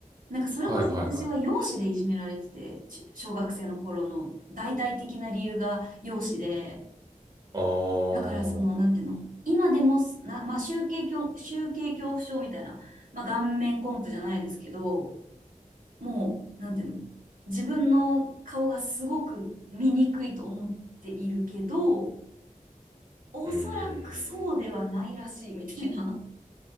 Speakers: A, on the right; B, on the right.
A: なんかそれこそ私は容姿でいじめられてて、
B: はいはいはい。
A: ち小学生の頃の大々的な理由が容姿で、
B: ああ。
A: だからその、
B: う
A: なんていうの、今でもすな、まあ、集計恐、集計恐怖症みたいな、まあ、顔面コンプじゃないですけど、もう、なんていうの、自分の顔がすごく醜いと思っているけど、おそらくそうではないらしいみたいな。
B: ーん。